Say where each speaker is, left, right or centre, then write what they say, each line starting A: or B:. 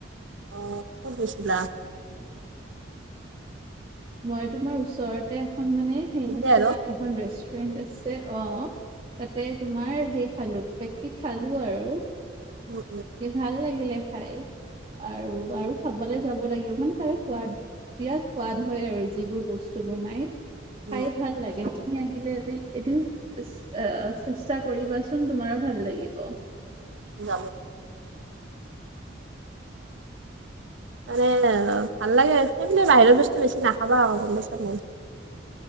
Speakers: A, on the right; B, on the right.
A: অ'! ক'ত গৈছিলা?
B: মই তোমাৰ, ওচৰতে এখন মানে, সেই
A: এতিয়া
B: আছে,
A: আৰু
B: এখন ৰেষ্টুৰেন্ট আছে। অ'! তাতে, তোমাৰ সেই খালোঁ, কিবা-কিবি খালোঁ আৰু।
A: উম! উম!
B: কি ভাল লাগিলে, খাই! আৰু আৰু খা খাবলৈ যাব লাগিব। মানে, তাৰ সোৱাদ বিৰাট, সোৱাদ হয় আৰু যিবোৰ বস্তু বনাই। খাই
A: উম
B: ভাল লাগে। তুমি আহিলে এদিন, এদিন আঁ চেষ্টা কৰিবাচোন? তোমাৰো ভাল লাগিব।
A: <unintelligible> মানে, ভাল লাগে। সেইবুলিয়ে, বাহিৰৰ বস্তু বেছি নাখাবা আৰু?